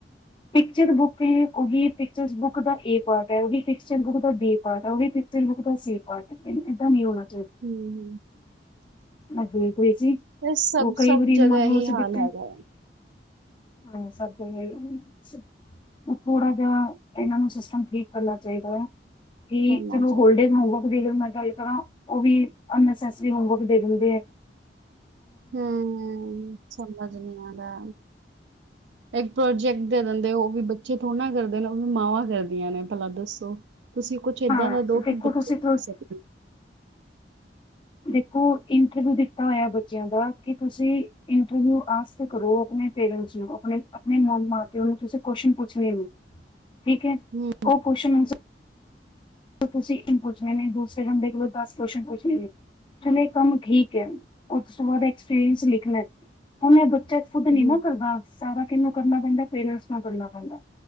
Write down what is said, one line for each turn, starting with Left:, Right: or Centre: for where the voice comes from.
Left: ਪਿਕੱਚਰ ਬੁੱਕ ਤੇ ਉਹ ਵੀ ਪਿਕਚਰ ਬੁੱਕ ਦਾ ਏ ਪਾਰਟ ਏ, ਉਹ ਵੀ ਪਿਕੱਚਰ ਬੁੱਕ ਦਾ ਬੀ ਪਾਰਟ ਏ, ਉਹ ਵੀ ਪਿਕਚਰ ਬੁੱਕ ਦਾ ਸੀ ਪਾਰਟ ਏ। ਏਦਾਂ ਨੀ ਹੋਨਾ
Right: ਹੂੰ,
Left: ਮੈਂ ਦੇਖ ਰਈ ਸੀ
Right: ਇਹ ਸਭ
Left: ਉਹ ਕਈ
Right: ਸਭ
Left: ਵਰੀ
Right: ਜਗ੍ਹਾ
Left: ਮਨ
Right: ਇਹੀ
Left: ਲੋ ਅਸੀ
Right: ਹਾਲ
Left: ਬੈਠੇ ਹਾਂ
Right: ਹੈਗਾ ਹੈ,
Left: ਸਭ ਜਗ੍ਹਾ ਏਹੀ ਇਹ ਥੋੜਾ ਜਿਹਾ ਇਹਨਾਂ ਨੂੰ ਸਿਸਟਮ ਠੀਕ ਕਰਨਾ ਚਾਹੀਦਾ ਏ। ਕੀ
Right: ਹੋਣਾ
Left: ਤਨੂੰ
Right: ਚਾਹੀਦਾ।
Left: ਹੋਲਡੇ ਹੋਮਵਰਕ <unintelligible> <inaudible> ਗੱਲ ਕਰਾਂ ਉਹ ਵੀ ਅਨਨਸੇਸਰੀ ਹੋਮਵਰਕ ਦੇ ਦਿੰਦੇ ਏ।
Right: ਹੁ ਹੁ ਸਮਝ ਨੀ ਆ ਇੱਕ ਪ੍ਰੋਜੈਕਟ ਦੇ ਦਿੰਦੇ-ੳ ਉਹ ਵੀ ਬੱਚੇ ਥੋੜ੍ਹ ਨਾ ਕਰਦੇ ਨੇ ਉਹ ਵੀ ਮਾਵਾਂ ਕਰਦੀਆਂ ਨੇ ਭਲਾ ਦੱਸੋ। ਤੁਸੀਂ ਕੁਛ ਏਦਾਂ
Left: ਹਾਂ
Right: ਦਾ ਦੋ
Left: ਦੇਖੋ
Right: ਕਿ ਬੱਚੇ
Left: ਤੁਸੀਂ
Right: ਕਰ
Left: ਤਾਂ
Right: ਸਕਨ।
Left: ਦੇਖੋ ਇੰਟਰਵਿਊ ਦਿੱਤਾ ਹੋਇਆ ਬੱਚਿਆਂ ਦਾ ਕਿ ਤੁਸੀਂ ਇੰਟਰਵਿਊਸ ਆਸ ਕਰੋ ਆਪਣੇ ਪੇਰੈਂਟ ਨੂੰ ਆਪਣੇ ਮਾਂ ਪਿਓ ਨੂੰ ਤੁਸੀਂ ਕੋਸ਼ਨ ਪੁੱਛਣੇ ਨੇ। ਠੀਕ ਏ
Right: ਹੂੰ,
Left: ਉਹ ਕੋਸ਼ਣ ਤੁਸੀਂ ਪੁੱਛਨੇ ਨੇ ਦੂਸਰੇ ਬੰਦੇ ਕੋਲ ਦਸ ਕੋਸ਼ਨ ਪੁੱਛਨੇ ਨੇ ਚਲੋ ਇਹ ਕੰਮ ਠੀਕ ਏ ਉਸ ਤੋਂ ਬਾਅਦ ਐਕਸਪੀਰੀਅੰਸ ਲਿਖਣਾ ਹੁਨ ਇਹ ਬ ਤੇ ਖੁਦ ਨੀ
Right: ਹੂੰ,
Left: ਨਾ ਕਰਦਾ ਸਾਰਾ ਕਿਹਨੂੰ ਕਰਨਾ ਪੈਂਦਾ ਪੇਰੈਂਟਸ ਨੂੰ ਕਰਨਾ ਪੈਂਦਾ